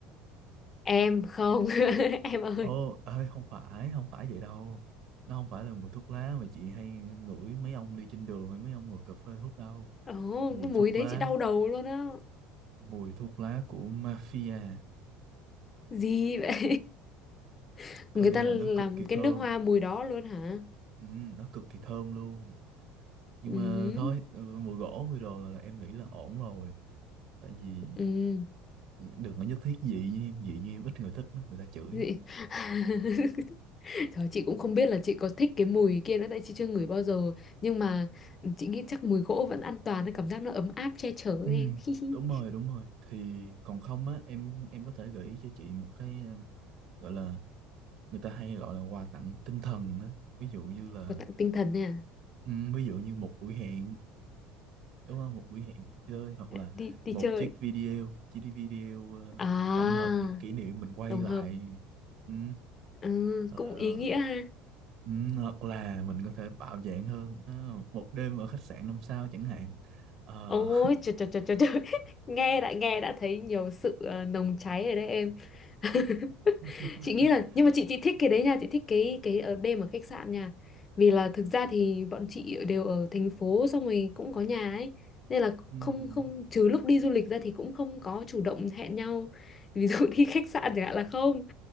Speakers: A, on the left; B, on the right.
A: em không <laughs> em ơi
B: Ồ, ơi không phải, không phải vậy đâu. Nó không phải là mùi thuốc lá mà chị hay ngửi mấy ông đi trên đường hay mấy ông ngồi cà phê hút đâu.
A: ồ
B: Mùi
A: cái mùi
B: thuốc
A: đấy
B: lá,
A: chị đau đầu luôn á
B: mùi thuốc lá của mafia,
A: gì vậy <laughs>
B: có
A: người
B: nghĩa
A: ta
B: là
A: làm
B: nó cực kỳ
A: cái
B: thơm.
A: nước hoa mùi đó luôn hả
B: Ừ, nó cực kỳ thơm luôn. Nhưng
A: ừ
B: mà thôi, ừ, mùi gỗ mùi đồ là, là em nghĩ là ổn rồi. Tại vì
A: Ừ.
B: đừng có nhất thiết dị như em, dị như em ít người thích lắm, người ta chửi
A: Dị.
B: á.
A: <laughs> Trời, chị cũng không biết là chị có thích cái mùi kia nữa tại chị chưa ngửi bao giờ nhưng mà chị nghĩ chắc mùi gỗ vẫn an toàn cảm giác nó ấm áp che chở
B: Ừ,
A: em <laughs>
B: đúng rồi, đúng rồi. Thì còn không á, em em có thể gợi ý cho chị một cái ờ, gọi là người ta hay gọi là quà tặng tinh thần á ví dụ như là
A: có tặng tinh thần nè
B: ừ, ví dụ như một buổi hẹn đúng không một buổi hẹn đi chơi hoặc là
A: đi đi
B: một
A: chơi
B: chiếc video chiếc đi video ờ,
A: à
B: tổng hợp những kỷ niệm mình quay
A: tổng
B: lại
A: hợp
B: ừ,
A: ừ,
B: hoặc
A: cũng ý
B: là,
A: nghĩa ha
B: ừ, hoặc là mình có thể bạo dạn hơn à, một đêm ở khách sạn năm sao chẳng hạn Ờ,
A: ôi trời trời trời trời trời. <laughs> nghe đã nghe đã thấy nhiều sự ờ, nồng cháy rồi đấy em <laughs>
B: <laughs>
A: chị nghĩ là nhưng mà chị chị thích cái đấy nha chị thích cái cái ở đêm ở khách sạn nha vì là thực ra thì bọn chị đều ở thành phố xong rồi cũng có nhà ấy nên là
B: ừ,
A: không không trừ lúc đi du lịch ra thì cũng không có chủ động hẹn nhau ví dụ <laughs> đi khách sạn chẳng hạn là không